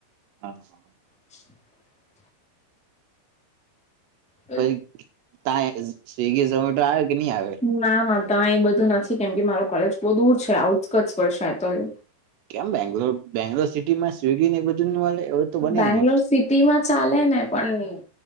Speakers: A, on the right (about 80°); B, in the centre.
A: હા હા.
B: <inaudible> <unintelligible> <inaudible>
A: પછી ત્યાં સ્વિગી ઝોમેટો આવે કે નહી આવે
B: ના ત્યા એ બધું નથી કેમ કે મારો કોલેજ બહુ દૂર છે આઉટટ વષ તો એ
A: કેમ બેંગ્લોર બેંગ્લોર સિટી માં સ્વિગી ને એ બધું મળે એવું તો બને
B: બેંગ્લોર
A: નહી
B: સિટીમાં ચાલે ને પણ